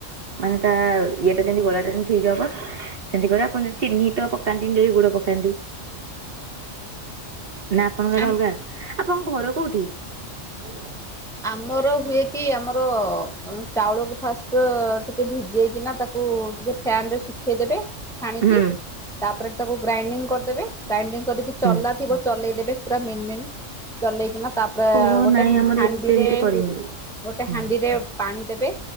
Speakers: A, on the right; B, in the centre.
A: ମାନେ ତା ଇଏଟା ଯେମତି ଗୋଳାଟା ଯେମତି ଠିକ୍ ହବ। ସେମତି କରିବ। ଆପଣ ଯଦି ଚିନି ତ ପକାନ୍ତିନି ଯଦି ଗୁଡ ପକାନ୍ତି ନା ଆପଣଙ୍କ
B: ଆମ
A: ଆଡେ ଅଲଗା। ଆପଣଙ୍କ ଘର କୋଉଠି? ହୁଁ
B: ଆମର ହୁଏ କି ଆମର ଚାଉଳକୁ ଫାଷ୍ଟ ଟିକେ ଭିଜେଇକିନା ତାକୁ ଟିକେ ଫ୍ୟାନ୍ ରେ ଶୁଖେଇଦେବେ। ଛାଣିକି।
A: ହୁଁ
B: ତାପରେ ତାକୁ ଗ୍ରାଇଣ୍ଡିଂ କରିଦେବେ। ଗ୍ରାଇଣ୍ଡିଂ କରିକି
A: ହୁଁ
B: ଚଲା ଥିବ ଚଲେଇଦେବେ। ପୁରା ମେନ୍ ମେନ୍ ଚଲେଇକିନା ତାପରେ
A: ଓହୋ
B: ଗୋଟେ
A: ନାଇଁ ଆମର
B: ହାଣ୍ଡିରେ
A: ଏତେ ଏମିତି କରିନୁ
B: ଗୋଟେ
A: ହଁ।
B: ହାଣ୍ଡି ରେ ପାଣି ଦେବେ